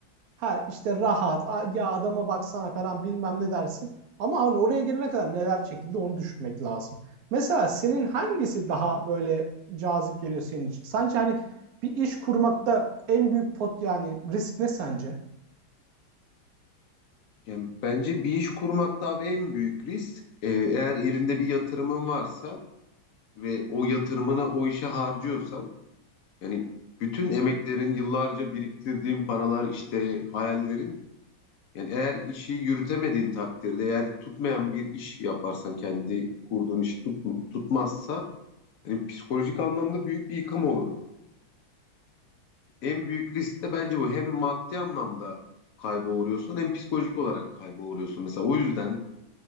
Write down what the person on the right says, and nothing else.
Ha işte rahat, a- ya adama baksana falan bilmem ne dersin. Ama hani oraya gelene kadar neler çekti bir de onu düşünmek lazım. Mesela senin hangisi daha böyle cazip geliyor senin için? Sence hani bir iş kurmakta en büyük pot yani risk ne sence?